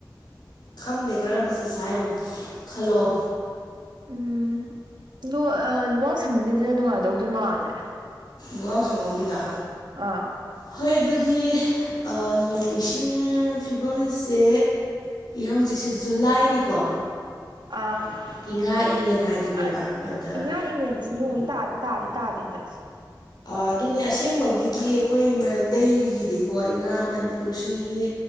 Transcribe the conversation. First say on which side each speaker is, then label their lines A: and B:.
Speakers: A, on the left (about 65°); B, on the right (about 70°).
A: ꯈꯪꯗꯦ ꯀꯔꯝꯕ ꯆꯠꯁꯦ ꯍꯥꯏꯅꯣ ꯈꯜꯂꯛꯑꯣ
B: ꯎꯝ ꯑꯗꯣ ꯂꯨꯋꯥꯡꯁꯝꯕꯝꯒꯤꯗꯨꯅ ꯅꯨꯡꯉꯥꯏꯗꯧꯗꯤ ꯃꯥꯜꯂꯦ
A: ꯂꯨꯋꯥꯡꯁꯝꯕꯝꯒꯤꯗꯣ
B: ꯑꯥ
A: ꯍꯣꯏ ꯑꯗꯨꯗꯤ ꯅꯣꯡ ꯏꯁꯤꯡ ꯐꯤꯕꯝꯁꯦ ꯍꯧꯖꯤꯛ ꯁꯤꯁꯨ ꯖꯨꯂꯥꯏꯅꯤꯀꯣ
B: ꯑꯥ
A: ꯏꯉꯥ ꯏꯉꯦꯟ ꯍꯥꯏꯗꯨꯅꯦꯕ ꯑꯗꯨꯗ
B: ꯏꯉꯥ ꯏꯉꯦꯟꯁꯦ ꯅꯣꯡꯗꯤ ꯇꯥ ꯇꯥꯗꯤ ꯇꯥꯗꯦ ꯍꯟꯗꯛꯁꯦ
A: ꯑꯗꯨꯅꯦ ꯑꯁꯦꯡꯕꯒꯤꯗꯤ ꯑꯩꯈꯣꯏ ꯃꯩꯇꯩꯒꯤꯗꯤꯀꯣ ꯏꯉꯥ ꯃꯅꯤꯄꯨꯔꯁꯤꯒꯤ